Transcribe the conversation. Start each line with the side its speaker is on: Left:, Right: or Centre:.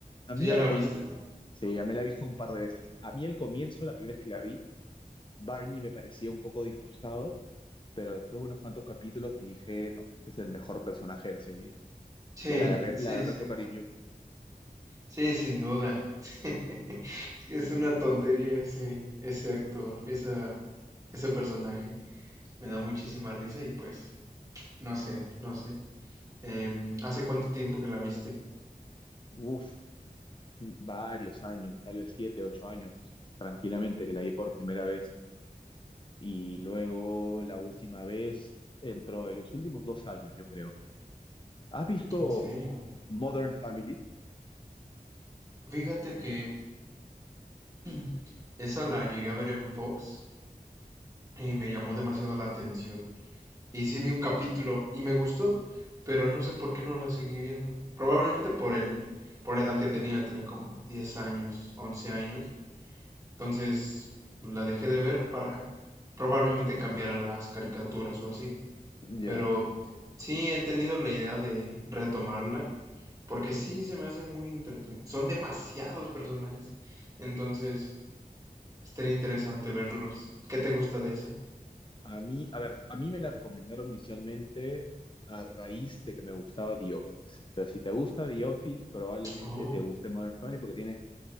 Left: A mí
Right: ¿Tú ya
Left: al
Right: la
Left: comienzo,
Right: viste?
Left: sí, ya me la he visto un par de veces. A mí al comienzo, la primera vez que la vi, Barney me parecía un poco disforzado, pero después de unos cuantos capítulos dije, no, este es el mejor personaje de la serie.
Right: Sí,
Left: Ya le agarré,
Right: sí,
Left: le agarré
Right: sí.
Left: otro cariño.
Right: Sí, sin duda. <laughs> Es que es una tontería ese, ese actor, esa, ese personaje. Me da muchísima risa y pues, no sé, no sé. Em, ¿hace cuánto tiempo que la viste?
Left: Uf, varios años, tal vez siete, ocho años, tranquilamente, que la vi por primera vez. y luego la última vez dentro de los últimos dos años, yo creo. ¿Has visto
Right: En serio.
Left: Modern Family?
Right: Fíjate que <clears throat> esa la llegué a ver en Fox y me llamó demasiado la atención. Y sí vi un capítulo y me gustó, pero no sé por qué no la seguí viendo. Probablemente por el, por la edad que tenía, tenía como 10 años, 11 años. Entonces la dejé de ver para probablemente cambiar a las caricaturas o así.
Left: Ya.
Right: Pero sí he tenido la idea de retomarla, porque sí se me hace muy entretenido. Son demasiados personajes, entonces estaría interesante verlos. ¿Qué te gusta de esa?
Left: A mí, a ver, a mí me la recomendaron inicialmente a raíz de que me gustaba The Office. O sea, si te gusta The Office, probablemente
Right: Oh,
Left: te guste Modern Family porque tiene,